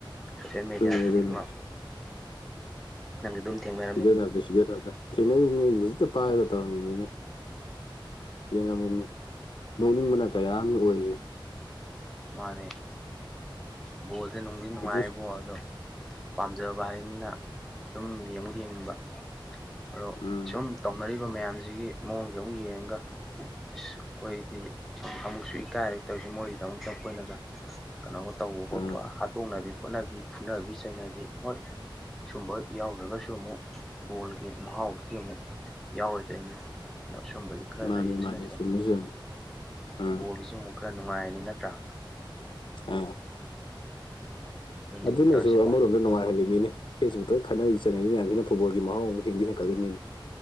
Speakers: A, in the centre; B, on the left.
A: ꯁꯣꯁꯦꯟ ꯃꯦꯗꯤꯌꯥ
B: ꯑꯗꯨꯅꯤ
A: ꯈꯨꯗꯤꯡꯃꯛ
B: ꯑꯗꯨꯅꯤ
A: ꯅꯪ ꯑꯗꯨꯝ ꯊꯦꯡꯅꯩ
B: ꯁꯤꯗꯅꯕꯗ ꯁꯤꯗꯅꯕꯗ ꯊꯦꯡꯅꯔꯤꯕꯅꯤ ꯍꯧꯖꯤꯛꯇ ꯄꯥꯏꯔꯒ ꯇꯧꯔꯝꯃꯤꯃꯤꯅꯦ ꯌꯦꯡꯉꯝꯃꯤꯅꯤ ꯅꯣꯛꯅꯤꯡꯕꯅ ꯀꯌꯥ ꯑꯃꯅꯤ ꯑꯣꯏꯔꯤꯁꯦ
A: ꯃꯥꯅꯦ ꯕꯣꯜꯁꯦ ꯅꯨꯡꯗꯤ ꯅꯨꯡꯉꯥꯏꯕꯣ
B: ꯑꯗꯨ
A: ꯑꯗꯣ ꯄꯥꯝꯖꯕ ꯍꯥꯏꯕꯅꯤꯅ ꯑꯗꯨꯝ ꯌꯦꯡꯕꯨꯗꯤ ꯌꯦꯡꯅꯤꯡꯕ ꯑꯗꯣ
B: ꯎꯝ
A: ꯁꯨꯝ ꯇꯧꯅꯔꯤꯕ ꯃꯌꯥꯝꯖꯤꯒꯤ ꯃꯑꯣꯡꯗꯣ ꯑꯃꯨꯛ ꯌꯦꯡꯉꯒ ꯑꯁ ꯈꯣꯏꯗꯤ ꯁꯨꯝ ꯑꯃꯨꯛꯁꯨ ꯏꯀꯥꯏꯔ ꯇꯧꯖꯦ ꯃꯣꯏꯒꯤꯗꯃꯛ ꯑꯈꯣꯏꯅꯒ ꯀꯩꯅꯣꯒ ꯇꯧꯕ ꯈꯣꯠꯄ
B: ꯎꯝ
A: ꯍꯥꯠꯇꯣꯛꯅꯕꯤ ꯈꯣꯠꯅꯕꯤ ꯐꯨꯅꯕꯤ ꯆꯩꯅꯕꯤ ꯍꯣꯏ ꯁꯨꯝꯕ ꯌꯥꯎꯗ꯭ꯔꯒꯁꯨ ꯑꯃꯨꯛ ꯕꯣꯜꯒꯤ ꯃꯍꯥꯎꯁꯤꯗꯤ ꯑꯃꯨꯛ ꯌꯥꯎꯔꯣꯏꯗꯩꯅꯤ ꯅ ꯁꯨꯝꯕꯩ ꯈꯔ
B: ꯃꯥꯅꯤ
A: ꯂꯩꯕꯁꯤꯅꯁꯨ
B: ꯃꯥꯅꯤ ꯆꯨꯝꯃꯤ ꯆꯨꯝꯃꯤ ꯎꯝ
A: ꯕꯣꯜꯒꯤꯁꯨ ꯑꯃꯨꯛ ꯈꯔ ꯅꯨꯡꯉꯥꯏꯔꯅꯤ ꯅꯠꯇ꯭ꯔꯥ
B: ꯑꯥ
A: ꯑꯗꯨꯅꯤ
B: ꯑꯗꯨꯅꯁꯨ
A: ꯇꯧꯔꯤꯁꯤ
B: ꯑꯃꯨꯛ ꯑꯗ ꯅꯨꯡꯉꯥꯏꯍꯜꯂꯤ ꯂꯤꯅꯦ ꯐꯦꯁꯕꯨꯛꯇ ꯈꯠꯅꯔꯤ ꯆꯩꯅꯔꯤ ꯃꯌꯥꯝꯁꯤꯅ ꯐꯨꯠꯕꯣꯜꯒꯤ ꯃꯍꯥꯎ ꯑꯃꯨꯛ ꯍꯦꯟꯗꯤ ꯍꯦꯟꯀꯠꯂꯤꯝꯅꯤꯅꯦ